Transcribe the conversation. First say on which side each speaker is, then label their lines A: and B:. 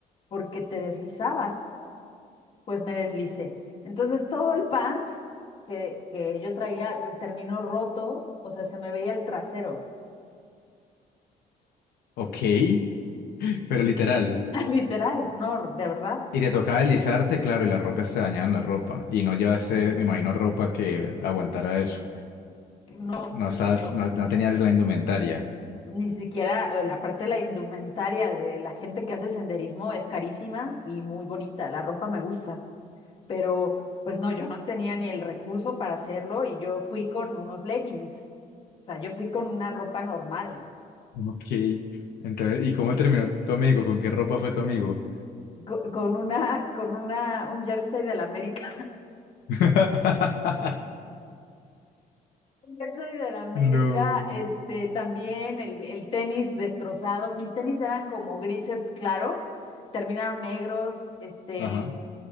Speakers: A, on the left (about 35°); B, on the left (about 85°).
A: porque te deslizabas. pues me deslicé. Entonces todo el pants que, que yo traía terminó roto, o sea, se me veía el trasero,
B: Ok, <laughs> pero literal.
A: <laughs> literal, no, de verdad.
B: Y te tocaba deslizarte, claro, y las rocas te dañaban la ropa. Y no llevaste, me imagino, ropa que aguantara eso.
A: No,
B: No
A: porque
B: estabas,
A: yo
B: no, no tenías la indumentaria.
A: ni siquiera eh, la parte de la indumentaria de la gente que hace senderismo es carísima y muy bonita, la ropa me gusta, pero pues no, yo no tenía ni el recurso para hacerlo y yo fui con unos leggings, o sea, yo fui con una ropa normal,
B: Ok. Entonces, ¿y cómo terminó tu amigo? ¿Con qué ropa fue tu amigo?
A: co- con, una, con una, un jersey del América
B: <laughs>
A: Yo soy del América,
B: No.
A: este, también el, el tenis destrozado. Mis tenis eran como grises, claro, terminaron negros, este,
B: Ajá.